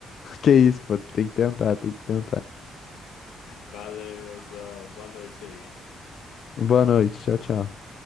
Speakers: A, on the left (about 55°); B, on the left (about 80°).
A: que isso, pô. Tem que tentar, tem que tentar.
B: Valeuzão, boa noite aí.
A: Boa noite, tchau, tchau.